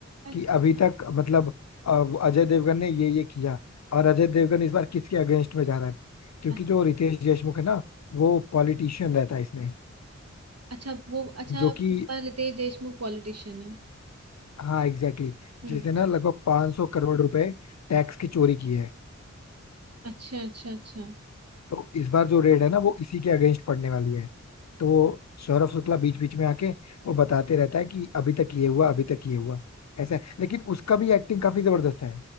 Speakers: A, on the right; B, on the left.
A: अच्छा
B: कि अभी तक मतलब अ, वो अजय देवगन ने ये ये किया और अजय देवगन इस बार किसके अगेंस्ट में जा रहा है क्योंकि
A: अच्छा
B: जो रितेश देशमुख है ना वो पॉलिटिशियन रहता है इसमें
A: अच्छा, वो अच्छा
B: जो
A: अब
B: कि
A: इस बार रितेश देशमुख पॉलिटिशियन है
B: हाँ एग्जैक्टली exactly,
A: हम्म
B: जिसने ना लगभग 500 करोड़ रुपए टैक्स की चोरी की है
A: अच्छा अच्छा अच्छा
B: तो इस बार जो रेड है ना वो इसी के अगेंस्ट पड़ने वाली है तो वो सौरभ शुक्ला बीच बीच में आके वो बताते रहता है कि अभी तक ये हुआ अभी तक ये हुआ ऐसा है लेकिन उसका भी एक्टिंग काफी जबरदस्त है